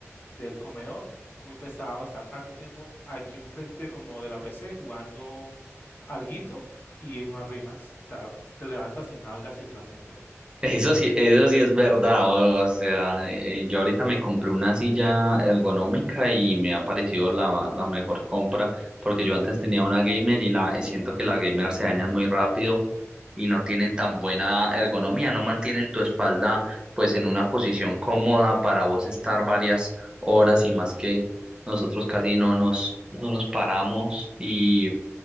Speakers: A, on the left (about 45°); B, on the right (about 15°).
A: del comedor, muy pesado estar tanto tiempo aquí enfrente como de la PC jugando alguito y en unas rimas. O sea, te levantas sin nalgas literalmente.
B: Eso sí, eso sí es verdad, o, o sea, eh, yo ahorita me compré una silla ergonómica y me ha parecido la, la mejor compra, porque yo antes tenía una gamer y la siento que las gamer se dañan muy rápido y no tienen tan buena ergonomía, no mantienen tu espalda pues en una posición cómoda para vos estar varias horas y más que nosotros casi no nos, no nos paramos y,